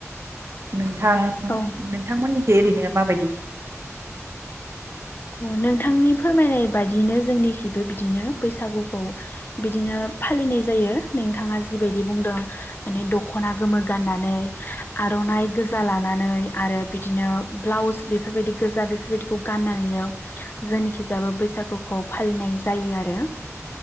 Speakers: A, on the right; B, on the left.
A: नों थां
B: औ
A: नोंथांमोननि एरैनो माबायदि <inaudible>
B: नोंथांनि फोरमायनाय बायदियैनो जोंनिथिंबो बिदिनो बैसागुखौ बिदिनो फालिनाय जायो नोंथाङा जिबायदि बुंदों माने दख'ना गोमो गाननानै आर'नाइ गोजा लानानै आरो बिदिनो ब्लाउस बेफोरबायदि गोजा बेफोरबायदिखौ गाननानै जोंनिखि जाबो बैसागुखौ फालिनाय जायो आरो